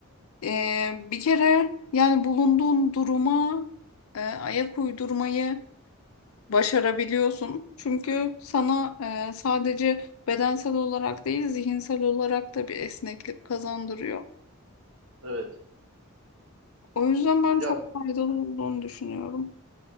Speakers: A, on the left (about 80°); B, on the right (about 75°).
A: e, bir kere yani bulunduğun duruma e, ayak uydurmayı başarabiliyorsun. Çünkü sana e, sadece bedensel olarak değil zihinsel olarak da bir esneklik kazandırıyor.
B: Evet.
A: O yüzden ben
B: Ya
A: çok faydalı
B: hani-
A: olduğunu düşünüyorum.